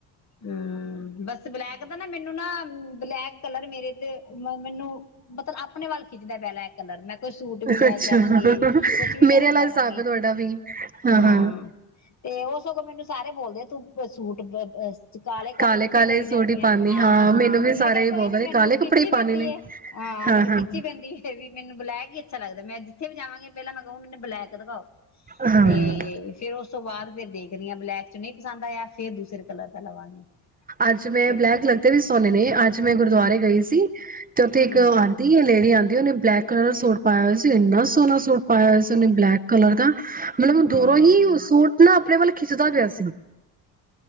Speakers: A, on the left; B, on the right.
A: ਹਮ ਬਸ ਬਲੈਕ ਦਾ ਮੈਨੂੰ ਨਾ ਬਲੈਕ ਕਲਰ ਮੇਰੇ ਤੇ ਮੈਨੂੰ ਮਤਲਬ ਆਪਣੇ ਵੱਲ ਖਿੱਚਦਾ ਹੈ ਬਲੈਕ ਕਲਰ ਮੈਂ ਕੋਈ ਸੂਟ ਵੀ ਲੈ
B: ਅੱਛਾ
A: ਜਾਵਾਂਗੀ
B: ਹ-ਹ-ਹ
A: ਕੁਛ ਵੀ ਲੈਣ
B: ਮੇਰੇ ਵਾਲਾ
A: ਜਾਵਾਂਗੀ
B: ਹਿਸਾਬ ਹੈ ਤੁਹਾਡਾ ਵੀ ਹਾਂ-ਹਾਂ।
A: ਹਾਂ ਤੇ ਉਹ ਸਗੋਂ ਮੈਨੂੰ ਸਾਰੇ ਬੋਲਦੇ ਤੂੰ ਸੂਟ ਤੂੰ ਕਾਲੇ ਕਾਲੇ
B: ਕਾਲੇ-ਕਾਲੇ
A: ਇਕੱਠੇ ਕਰੀ ਜਾਂਦੀ
B: ਸੂਟ ਈ
A: ਆ
B: ਪਾਨੀ
A: ਹਾਂ
B: ਮੈਨੂੰ ਵੀ
A: ਮੈਂ
B: ਸਾਰੇ
A: ਕਿਹਾ
B: ਈ
A: ਕੋਈ
B: ਬੋਲਦੇ
A: ਨੀ
B: ਨੇ
A: ਮੈਨੂੰ
B: ਕਾਲੇ
A: ਖਿੱਚੀ
B: ਕੱਪੜੇ ਈ ਪਾਨੇ
A: ਪੈਂਦੀ
B: ਨੇ।
A: ਹੈ ਹਾਂ
B: ਹਾਂ-ਹਾਂ,
A: ਮੈਨੂੰ ਖਿੱਚੀ ਪੈਂਦੀ ਹੈ ਵੀ ਮੈਨੂੰ ਬਲੈਕ ਹੀ ਮੈੰ ਜਿਥੇ ਵੀ ਜਾਵਾਂਗੀ ਪੈਲ੍ਹਾ ਮੈੰ ਕ ਮੈਨੂੰ ਬਲੈਕ ਦਿਖਾਓ
B: ਹਾਂ ਹਾਂ
A: ਤੇ ਫੇਰ ਉਸ ਤੋਂ ਬਾਅਦ ਫਿਰ ਦੇਖਦੀ ਹਾਂ ਬਲੈਕ ਚ ਨਹੀਂ ਪਸੰਦ ਆਇਆ। ਤੇ ਦੂਸਰੇ ਕਲਰ। ਦਾ ਲਵਾਂਗੀ
B: ਅੱਜ ਮੈਂ
A: ਤੇ
B: ਬਲੈਕ ਲੱਗਦੇ ਵੀ ਸੋਨੇ ਨੇ ਅੱਜ ਜਿਵੇ ਮੈਂ ਗੁਰਦੁਆਰੇ ਗਈ ਸੀ। ਚ ਉਥੇ ਇੱਕ
A: ਅੱਛਾ
B: ਆਉਂਦੀ ਹੈ ਲੇਡੀ ਆਂਦੀ ਉਹਨੇ ਬਲੈਕ ਕਲਰ ਦਾ ਸੂਟ ਪਾਇਆ ਹੋਇਆ ਸੀ ਇੰਨਾ ਸੋਹਣਾ ਸੂਟ ਪਾਇਆ ਹੋਇਆ ਸੀ ਉਹਨੇ ਬਲੈਕ ਕਲਰ ਦਾ। ਮਤਲਬ
A: ਹਾਂ
B: ਦੂਰੋਂ ਹੀ ਸੂਟ ਨਾ ਆਪਣੇ ਵੱਲ ਖਿੱਚਦਾ ਪਿਆ ਸੀ।